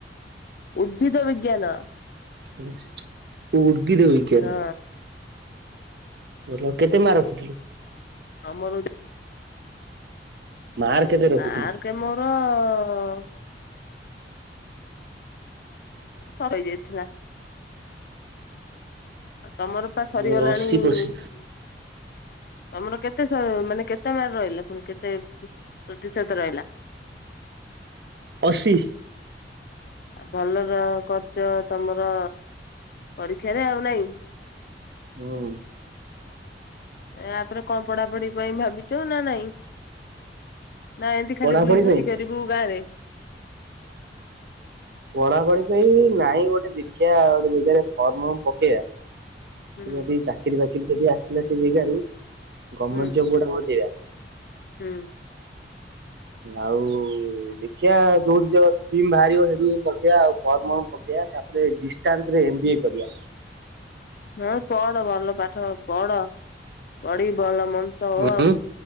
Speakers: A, on the left (about 55°); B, on the right (about 65°).
A: ଉଦ୍ଭିଦ ବିଜ୍ଞାନ।
B: ହୁ। ଉଦ୍ଭିଦ ବିଜ୍ଞାନ।
A: ହଁ
B: ବଲ କେତେ ମା ରଖିଥିଲୁ।
A: ଆମର
B: ମାର୍କ କେତେ ରଖିଥିଲୁ?
A: ମାର୍କେ ମୋର ହଁ। ଶହେ ଯାଇଥିଲା। ତମର ପା ସରିଗଲାଣି
B: ମୋର ଅଶୀ ପଶି
A: ତମର କେତେ ଶ ମାନେ କେତେ ମାର ରହିଲା ପୁଣି କେତେ ପ୍ରତିଶତ ରହିଲା?
B: ଅଶି।
A: ଆ ଭଲର କରିଚ ତମର ପରୀକ୍ଷାରେ ଆଉ ନାଇଁ।
B: ହଁ।
A: ୟା ପରେ କଣ ପଢାପଢି ପାଇଁ ଭାବିଛ ନା ନାଇଁ? ନା ଏମିତି ଖାଲି
B: ପଢାପଢି
A: ଗୁଲି ଖଟି
B: ପାଇଁ?
A: କରିବୁ ଗାଁରେ?
B: ପଢାପଢି ପାଇଁ ନାଇଁ ଗୋଟେ ଦେଖିବା ଗୋଟେ ଜାଗାରେ ଫର୍ମ ଫର୍ମ ପକେଇବା।
A: ହୁଁ
B: ଯଦି ଚାକିରିୀ ବାକି କିରୀ ଯଦି ଆସିଲା ସେ ଜାଗାରୁ ଗମେଣ୍ଟ
A: ହୁଁ
B: ଜବ ଗୁଡା ହୋଉଚି ଏୟା।
A: ହୁଁ।
B: ଆଉ ଦେଖିବା ଯୋଉଠି ଯ ସ୍କିମ୍ ବାହାରିବ ସେଠି ପକେଇବା ଆଉ ଫର୍ମ ଫର୍ମ ପକେଇବା। ତାପରେ ଡିଷ୍ଟାନ୍ସ ରେ ଏମ୍ ବି ଏ କରିବା।
A: ହଁ ପଢ ଭଲ ପାଠ ପଢ ପଢି ଭଲ ମଣିଷ ହୋ
B: ହୁଁ
A: ଆଉ